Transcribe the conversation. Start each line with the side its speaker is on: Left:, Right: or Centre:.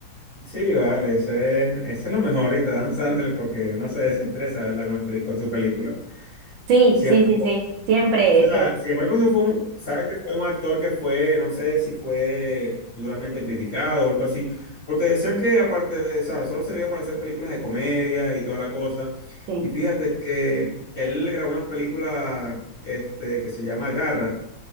Left: sí, vale, ese es, ese es lo mejor y te dan Sandler porque no se desestresa, ¿verdad? Con, las peli- con sus películas.
Right: Sí,
Left: Siempre.
Right: sí, sí, sí. Siempre.
Left: O sea,
Right: eh,
Left: sin embargo, eso fue un, sabes que fue un actor que fue, no sé si fue duramente criticado o algo así, porque decían que aparte de, o sea, solo servía para hacer películas de comedia y toda la cosa.
Right: sí.
Left: Y fíjate que él grabó una película, este, que se llama Garra